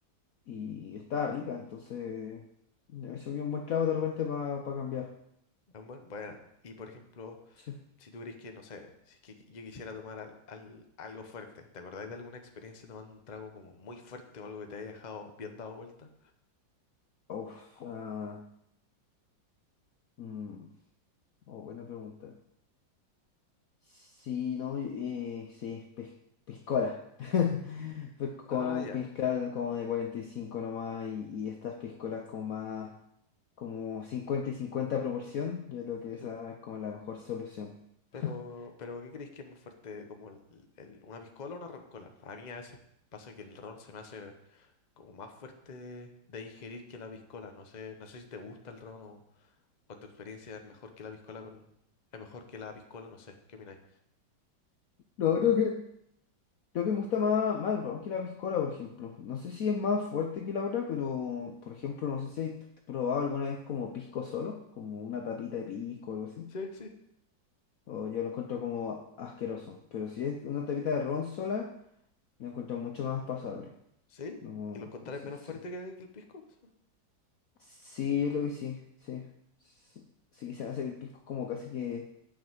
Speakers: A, on the left; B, on the left.
A: y estaba rica, entonces me se unió un buen trago de repente para cambiar.
B: buen- buena. Y por ejemplo,
A: sí.
B: si tú crees que, no sé, si es que yo quisiera tomar al, al- algo fuerte, ¿te acordáis de alguna experiencia tomando un trago como muy fuerte o algo que te haya dejado bien dado vuelta?
A: Uf, ah, mm, oh, buena pregunta. Sí, no, eh, sí, pes- piscola. <laughs> Fue con
B: Ah,
A: un
B: ya.
A: piscal como de 45 nomás y, y estas piscolas como más, como 50 y cincuenta proporción, yo creo que
B: sí.
A: esa es como la mejor solución.
B: Pero,
A: <laughs>
B: pero ¿qué creéis que es más fuerte? ¿Como el- el- una piscola o una roncola? A mí a veces pasa que el ron se me hace como más fuerte de, de digerir que la piscola. No sé, no sé si te gusta el ron o, o en tu experiencia es mejor que la piscola con, es mejor que la piscola, no sé, ¿qué opináis?
A: No, creo que, creo que me gusta más, más el ron que la piscola, por ejemplo. No sé si es más fuerte que la otra, pero por ejemplo, no sé si has probado alguna vez como pisco solo, como una tapita de pisco o algo así.
B: Sí, sí.
A: O yo lo encuentro como asqueroso. Pero si es una tapita de ron sola, lo encuentro mucho más pasable.
B: ¿Sí?
A: No,
B: ¿Y lo
A: entonces,
B: encontraréis menos
A: sí.
B: fuerte que, que el pisco? Sí,
A: Sí, yo creo que sí, sí. Sí, sí, se hace el pisco como casi que...